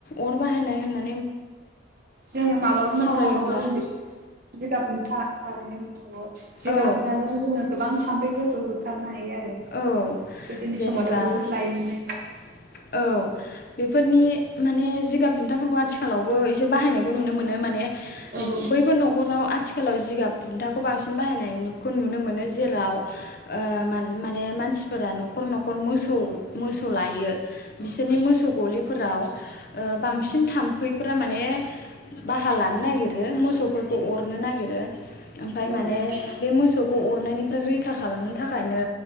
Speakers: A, on the left; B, on the right.
A: अर बाहायनाय होननाय
B: जोङो माबाबो मोननो
A: सावरायोब्ला
B: हागौ जे जिगाब बुन्था बानायनो <unintelligible> जिगाब
A: औ
B: बुनथाजों जोङो गोबां थाम्फैफोर थ होखारनो हायो आरो
A: औ
B: गोदोनि
A: जेनेबा
B: समावथ' बुहुत लायो मोनना इखो।
A: औ बेफोरनि माने जिगाब बुन्थाफोरखौ आथिखालावबो एसे बाहायनाय नुनो मोनो माने
B: मोनो औ
A: बैफोर न'खराव आथिखालाव जिगाब बुनथाखौ बांसिन बा नायनायनिखौ नुनो मोनो जेराव ओ मान माने मानसि फोरा न'खर न'खर मोसौ मोसौ लायो। बिसोरनि मोसौ गलिफोराव ओ बांसिन थाम्फैफोरा माने बाहा लानो नागिरो मोसौफोरखौ अरनो नागिरो ओमफाय
B: ओमफ्राय
A: माने बे मोसौखौ अरनायनिफ्राय रैखा खालामनो थाखायनो